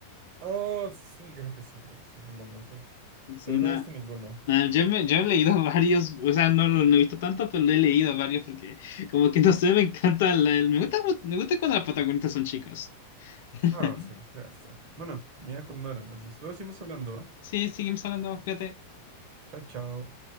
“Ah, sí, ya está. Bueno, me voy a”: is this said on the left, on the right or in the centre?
Right